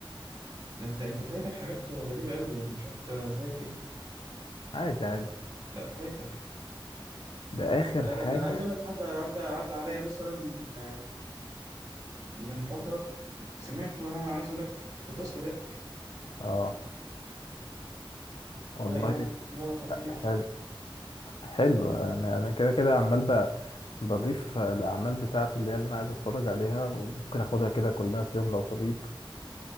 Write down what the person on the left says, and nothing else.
عادي عادي
ده اخر
حاجة
اه والله
حلو حلو انا انا كده كده عمال ب- بضيف الاعمال بتاعته اللي هي اللي انا عايز اتفرج عليها وممكن اخدها كده كلها في يوم لو فضيت